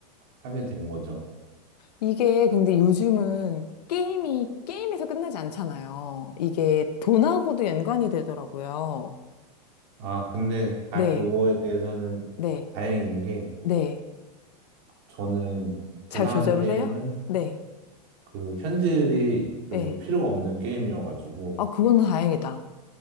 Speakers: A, on the right; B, on the left.
A: 하게 된 거죠.
B: 이게 근데 요즘은 게임이 게임에서 끝나지 않잖아요. 이게 돈하고도 연관이 되더라고요.
A: 아, 근데 다
B: 네,
A: 그거에 대해서는
B: 네,
A: 다행인 게
B: 네.
A: 저는 제가
B: 잘 조절을
A: 하는 게임은
B: 해요? 네,
A: 그 현질이 별로
B: 네.
A: 필요가 없는 게임이어가지고
B: 아, 그건 다행이다.